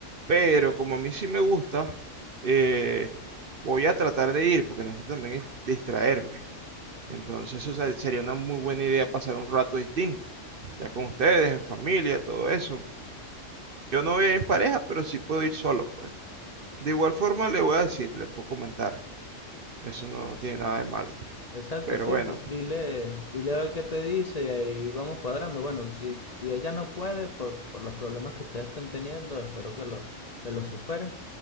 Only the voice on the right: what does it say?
Pero como a mí sí me gusta, eh, voy a tratar de ir porque necesito también distraerme. Entonces, o sea, sería una muy buena idea pasar un rato distinto, ya con ustedes, en familia, todo eso. Yo no voy a ir en pareja, pero sí puedo ir solo, pues. De igual forma, le voy a decir, le puedo comentar. Eso no tiene nada de malo.
Pero
bueno,